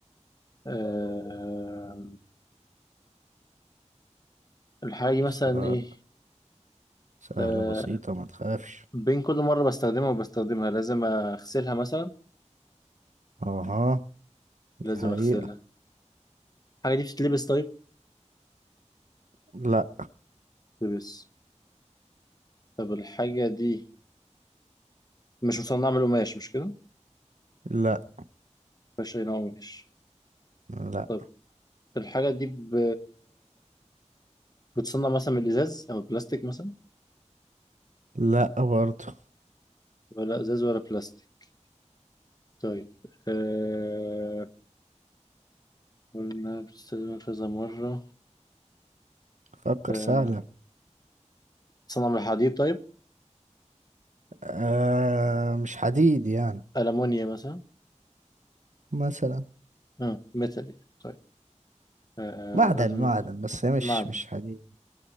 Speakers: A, on the left; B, on the right.
A: آه، الحاجة دي مثلا
B: سهل
A: إيه؟
B: سهلة
A: آه،
B: بسيطة ما تخافش
A: بين كل مرة بستخدمها وبستخدمها لازم أغسلها مثلا
B: اها دي
A: لازم
B: حقيقة
A: أغسلها الحاجة دي بتتلبس طيب
B: لا
A: بتتلبس طب الحاجة دي مش مصنعة من القماش مش كده
B: لا
A: مفيهاش أي نوع قماش
B: لا
A: طب الحاجة دي ب... بتصنع مثلا من الإزاز أو البلاستيك مثلا
B: لا برضه
A: ولا إزاز ولا بلاستيك طيب أه... قلنا بتستخدمها كذا مرة
B: فكر
A: أه...
B: سهلة
A: بتصنع من الحديد طيب
B: أه مش حديد يعني
A: ألمونيا مثلا
B: مثلا
A: أه... ميتاليك طيب أه...
B: معدن معدن بس هي مش
A: معدن
B: مش حديد